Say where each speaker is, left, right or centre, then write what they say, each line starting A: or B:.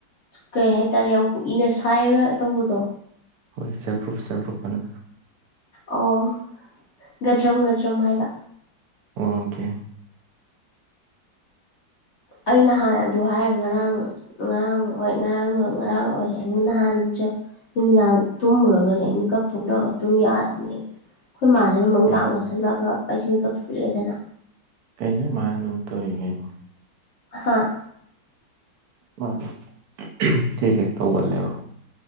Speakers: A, on the left (about 55°); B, on the right (about 65°).
A: ꯀꯩ ꯍꯥꯏꯇꯥꯔꯦ ꯌꯥꯝ ꯀꯨꯏꯅ ꯁꯥꯏꯔꯒ ꯇꯧꯕꯗꯣ
B: ꯍꯣꯏ ꯆꯦꯐ ꯭ꯔꯨꯨꯞ ꯆꯦꯐ ꯭ꯔꯨꯞ ꯑꯟꯥ
A: ꯑꯣ ꯒꯗ꯭ꯔꯨꯝ ꯒꯗ꯭ꯔꯝ ꯍꯥꯏꯕ
B: ꯑꯥ ꯑꯝ ꯀꯦ
A: ꯑꯩ ꯅꯍꯥꯟ ꯑꯗꯨ ꯍꯥꯏꯔꯦ ꯉꯔꯥꯡ ꯉꯔꯥꯡ ꯑꯣꯏ ꯉꯔꯥꯡ ꯉꯔꯥꯡ ꯑꯣꯏꯔꯦ ꯅꯍꯥꯟ ꯅꯨꯃꯤꯗꯥꯡ ꯇꯨꯝꯃꯨꯔꯒꯅꯦ ꯃꯤꯀꯞ ꯊꯣꯛꯂꯛꯑꯒ ꯑꯗꯨꯨꯝ ꯌꯥꯗꯕꯅꯦꯝꯤ ꯑꯩꯈꯣꯏ ꯃꯥꯁꯤꯅ ꯗ ꯃꯪ
B: ꯎꯝ
A: ꯂꯥꯛꯅꯁꯜꯂꯛꯑꯒ ꯑꯩꯩꯁꯤ ꯃꯤ ꯀꯛꯊꯣꯛꯂꯛꯑꯦꯗꯅ
B: ꯀꯩꯅꯣ ꯅꯣꯏ ꯃꯥꯅ ꯑꯗꯨꯝ ꯇꯧꯔꯤ ꯀꯩꯅꯣ
A: ꯍꯥꯥ
B: ꯑꯥ ꯑꯍꯝ ꯍꯦꯛ ꯍꯦꯛ ꯇꯧꯒꯜꯂꯦꯕꯣ